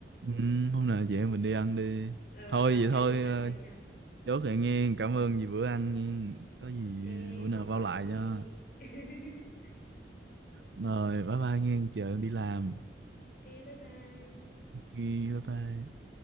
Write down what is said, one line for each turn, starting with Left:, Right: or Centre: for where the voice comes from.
Right: ừ,
Left: ờ,
Right: hôm nào vậy mình đi ăn đi
Left: ờ,
Right: thôi
Left: Nào
Right: vậy
Left: chị em
Right: thôi
Left: mình đi ăn
Right: ờ,
Left: thì ấy nha
Right: chốt lại nghe cảm ơn vì bữa ăn nghe có gì
Left: Ok
Right: ờ, bữa nào
Left: không
Right: bao
Left: có
Right: lại
Left: chi
Right: cho
Left: <laughs>
Right: Rồi, bye bye nghe, chờ em đi làm.
Left: Ok bye bye
Right: Ok, Bye bye.